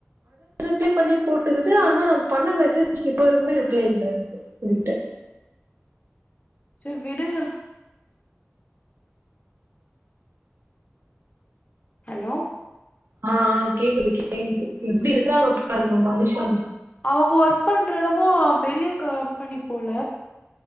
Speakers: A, on the right; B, on the left.
A: ரிப்ளே பண்ணி போட்டுக்குது ஆனா நா பண்ண மெசேஜக்கு இப்ப வரைக்குமே ரிப்ளே இல்ல என்க்கு <unintelligible>
B: சே விடுங்க ஹலோ
A: ஆ ஆ கேக்குது கேக்குது எப்டி இருக்கறாங்க பாருங்க மனுஷங்
B: அவுங்க ஒர்க் பண்ற இடமும் பெரிய கம்பெனி போல